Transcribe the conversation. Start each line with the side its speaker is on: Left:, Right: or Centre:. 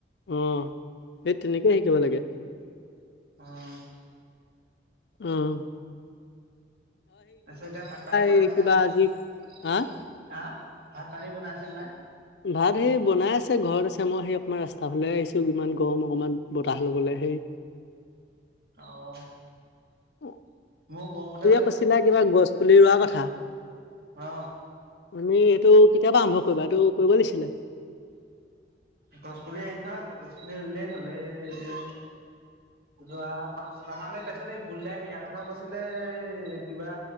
Left: অ', এই তেনেকেই শিকিব লাগে
Right: অ'-
Left: উম
Right: তাৰপিছত এতিয়া ভাত পানী বনাইছে
Left: এই কিবা
Right: নাই?
Left: আজি হা
Right: হা ভাত পানী বনাইছে নাই!
Left: ভাত এই বনাই আছে ঘৰত আছে মই সেই অকমান ৰাস্তা ফালে আহিছো ইমান গৰম অকমান বতাহ লবলৈ সেই
Right: অ'
Left: অ <inaudible>
Right: মইও গৰমত
Left: কৈছিলা কিবা গছ পুলি ৰোৱা কথা।
Right: অ
Left: আমি টো কেতিয়াবা আৰম্ভ কৰিবা এইটো কৰিব লাগিছিলে।
Right: গছ পুলি আনি থোৱা আছে গছ পুলি ৰুলেই হলে এ যোৱা পাঁচ ছটা মান তাৰপিছত হে বুলদাই হেয়াৰ কথা কৈছিলে এই কিবা